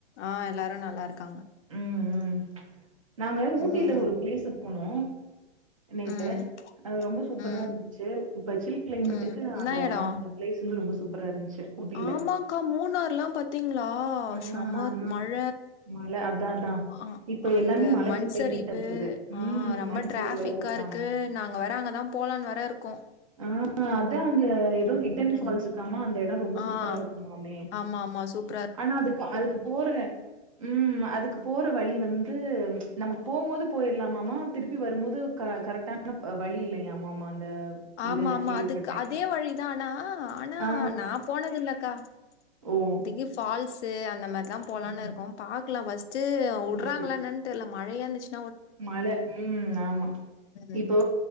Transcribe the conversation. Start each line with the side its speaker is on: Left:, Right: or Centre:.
Left: ஆ எல்லாரு நல்லாருக்காங்க
Right: ம் ம் நாங்க ஊட்டில
Left: ம் ம்
Right: ஒரு பிளேஸுக் போனோ
Left: ம்
Right: நேத்து அது ரொம்ப சூப்பரா
Left: ம்
Right: இருந்துச்சு இப்ப சில் கிளைமேட்க்கு
Left: ம் என்னா
Right: அந்த
Left: எடம்
Right: அந்த பிளேஸ் வந்து ரொம்ப சூப்பரா இருந்துச்சு ஊட்டில
Left: ஆமாக்கா மூணார்லாம் பாத்தீங்களா
Right: ஆ
Left: சமத்
Right: ஆமா
Left: மழ
Right: மழ அதா அதா
Left: ஆ
Right: இப்ப
Left: அந்த
Right: எல்லாமே மழ
Left: மண்சரிவு
Right: கிளைமேட்டா இருக்குது.
Left: ஆ
Right: ம்
Left: ரம்பட்
Right: மண்
Left: டிராஃபிக்கா
Right: சரிவெல்லா
Left: இருக்கு
Right: ஆமா
Left: நாங்க வேற அங்கதா போலான்னு வேற இருக்கோ
Right: <inaudible> ட்டோ அங்க ஏதோ ஹிட்டன்
Left: ரெண்
Right: ஃபால்ஸ் இருக்காமே அந்த இட ரொம்ப
Left: ஆ
Right: சூப்பரா இருக்குமாமே
Left: ஆமா ஆமா சூப்
Right: ஆனா அதுக்கு அதுக்கு போடல ம் அதுக்கு போற வழி வந்து நமக்கு போம் போது போயிரலாமாமா திருப்பி வரும் போது க கரெக்டா ஆனா வழி இல்லையாமா மா அந்த
Left: ஆமா
Right: இது நான்
Left: மா
Right: கேள்விப்பட்டேன்.
Left: அதுக்கு அதே வழி தானா ஆனா
Right: ஆ.
Left: நா போனதில்லக்கா
Right: ஓ
Left: இதுக்கு ஃபால்ஸு அந்த மாதிரிதா
Right: ம்.
Left: போலானு இருக்கோ பாக்கலா ஃபர்ஸ்ட்டு
Right: சரி,
Left: உடுறாங்களா
Right: சரி.
Left: என்னா தெரில மழையா இருந்துச்சு
Right: மழை ம் ஆமா
Left: ம்.
Right: இப்போ